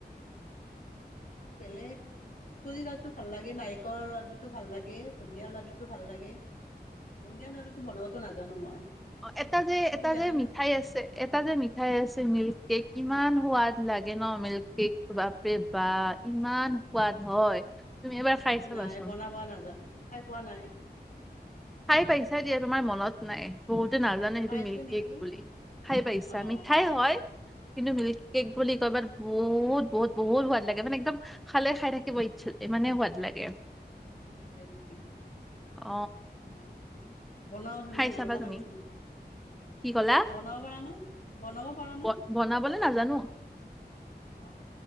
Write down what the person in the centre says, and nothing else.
অ এটা যে
এটা
যে মিঠাই আছে এটা যে মিঠাই আছে মিল্ক কেক কিমান সোৱাদ। লাগে ন মিল্ক কেক বাপৰে বা ইমান সোৱাদ হয়। তুমি এবাৰ খাই চাবাচোন
খাই পাইছা দিয়া তোমাৰ মনত নাই বহুত। সটো নাজানে সেইটো
মিল্ক
কেক বুলি খাই পাই ইচ্ছা
মিঠাই হয়। কিন্তু মিল্ক কেক বুলি কৰবাত বহুত বহুত বহুত সোৱাদ লাগে মানে একদম খালে খাই থাকিব ইচ্ছা মানে সোৱাদ লাগে
অ
খাই চাবা
তুমি
কি ক'লা
ব-
বনাবলে নাজানো